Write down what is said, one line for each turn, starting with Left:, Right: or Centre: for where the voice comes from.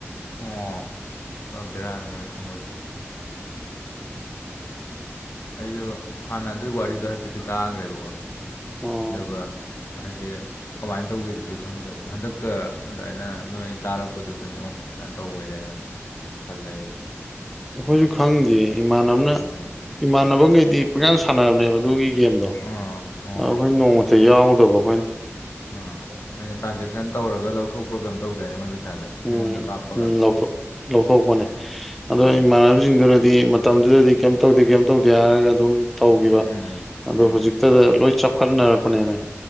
Left: ꯑꯣ ꯑꯁ ꯄꯨꯔꯥ ꯕꯦꯔꯥꯅꯤ ꯃꯣꯏ ꯀꯥꯡꯕꯨꯁꯨ ꯑꯩꯖꯨ ꯍꯥꯟꯅ ꯑꯗꯨꯢ ꯋꯥꯔꯤꯗꯣ ꯍꯥꯏꯐꯦꯠꯇꯤ ꯇꯥꯒ꯭ꯔꯦꯕꯀꯣ
Centre: ꯑꯣ
Left: ꯑꯗꯨꯒ ꯍꯥꯏꯗꯤ ꯀꯃꯥꯏꯅ ꯇꯧꯒꯦꯗꯨꯗꯤ ꯈꯪꯗꯕ ꯍꯟꯗꯛꯇ ꯑꯗꯨꯃꯥꯏꯅ ꯅꯣꯏ ꯇꯥꯔꯛꯄꯗꯨꯗꯅꯦ ꯑꯣ ꯁꯨꯃꯥꯢ ꯇꯧ ꯑꯣꯏꯔꯦꯅ ꯈꯜꯂꯦ ꯑꯩꯁꯨ
Centre: ꯑꯩꯈꯣꯏꯁꯨ ꯈꯪꯗꯤꯌꯦ
Left: ꯑꯗꯩ
Centre: ꯏꯃꯥꯟꯅꯕꯅ
Left: ꯑꯗꯨꯅꯤ
Centre: ꯏꯃꯥꯟꯅꯕꯒꯩꯗꯤ ꯄꯪꯁꯥꯟ ꯁꯥꯟ ꯁꯥꯟꯅꯕꯅꯦꯕ ꯑꯗꯨꯒꯤ ꯒꯦꯝꯗꯣ
Left: ꯑꯥ ꯑꯣ
Centre: ꯑꯩꯈꯣꯏꯅ ꯅꯣꯡꯃꯇ ꯌꯥꯎꯗꯕ ꯑꯩꯈꯣꯏꯅ
Left: ꯑꯥ ꯃꯣꯏꯅ ꯇ꯭ꯔꯥꯟꯖꯦꯛꯁꯟ ꯇꯧꯔꯒ ꯂꯧꯊꯣꯛꯄ꯭ꯔꯣ ꯀꯩꯝ ꯇꯧꯗꯣꯏꯅꯦ ꯃꯣꯏ ꯄꯩꯁꯥꯁꯦ
Centre: ꯎꯝ
Left: ꯃꯤꯉꯣꯟꯗ ꯀꯥꯞꯄꯒ
Centre: ꯎꯝ ꯂꯧꯊꯣꯛ ꯂꯧꯊꯣꯛꯄꯅꯦ
Left: ꯎꯝ
Centre: ꯑꯗꯣ
Left: ꯎꯝ
Centre: ꯏꯃꯥꯟꯅꯕꯁꯤꯡꯗꯨꯅꯗꯤ ꯃꯇꯝꯗꯨꯗꯗꯤ ꯀꯩꯝ ꯇꯧꯗꯦ ꯀꯩꯝ ꯇꯧꯗꯦ ꯍꯥꯏꯔꯒ ꯑꯗꯨꯝ ꯇꯧꯒꯤ
Left: ꯎꯝ
Centre: ꯕ
Left: ꯎꯝ
Centre: ꯑꯗꯣ
Left: ꯎꯝ
Centre: ꯍꯧꯖꯤꯛꯇꯗ ꯂꯣꯏ ꯆꯞꯈꯠꯅꯔꯛꯄꯅꯦꯃꯤ